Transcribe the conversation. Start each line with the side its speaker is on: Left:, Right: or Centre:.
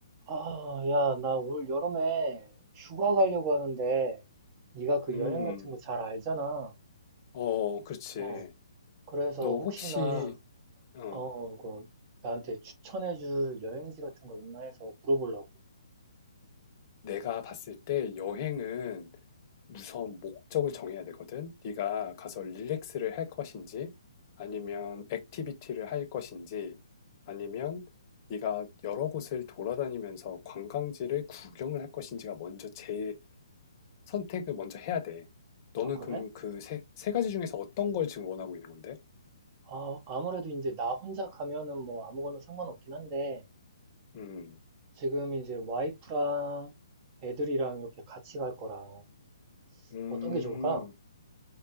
Right: 아, 야, 나 올 여름에 휴가 가려고 하는데 네가 그
Left: 음,
Right: 여행 같은 거 잘 알잖아.
Left: 어, 그렇지.
Right: 어, 그래서
Left: 너
Right: 혹시나
Left: 혹시, 어,
Right: 어, 그 나한테 추천해줄 여행지 같은 거 있나 해서 물어보려고.
Left: 내가 봤을 때 여행은 우선 목적을 정해야 되거든? 네가 가서 릴렉스를 할 것인지, 아니면 액티비티를 할 것인지, 아니면 네가 여러 곳을 돌아다니면서 관광지를 구경을 할 것인지가 먼저 제일 선택을 먼저 해야 돼. 너는
Right: 아, 그래?
Left: 그럼 그 세, 세 가지 중에서 어떤 걸 지금 원하고 있는 건데?
Right: 아, 아무래도 이제 나 혼자 가면은 뭐 아무거나 상관없긴 한데
Left: 음,
Right: 지금 이제 와이프랑 애들이랑 이렇게 같이 갈 거라
Left: 음.
Right: 어떤 게 좋을까?